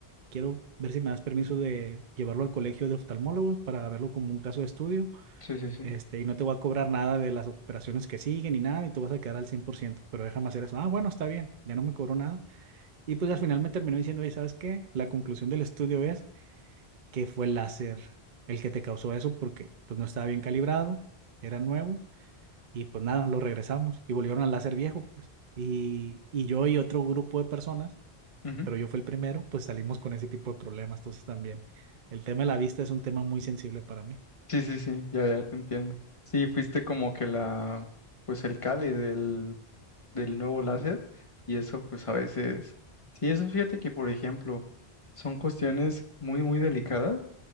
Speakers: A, on the right (about 55°); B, on the left (about 30°).
A: Quiero ver si me das permiso de llevarlo al colegio de oftalmólogos para verlo como un caso de estudio.
B: sí, sí, sí.
A: Este, y no te voy a cobrar nada de las operaciones que siguen ni nada, y tú vas a quedar al cien por ciento. pero déjame hacer eso. Ah, bueno, está bien, ya no me cobró nada. Y pues al final me terminó diciendo, oye, ¿sabes qué? La conclusión del estudio es que fue el láser el que te causó eso porque pues no estaba bien calibrado, era nuevo, y pues nada, lo regresamos y volvieron al láser viejo, pues. Y, y yo y otro grupo de personas,
B: Ujú.
A: pero yo fui el primero, pues salimos con ese tipo de problemas. Entonces también el tema de la vista es un tema muy sensible para mí.
B: Sí, sí, sí, ya, ya te entiendo. Sí, fuiste como que la, pues el cali del, del nuevo láser y eso pues a veces, sí, eso fíjate que por ejemplo son cuestiones muy, muy delicadas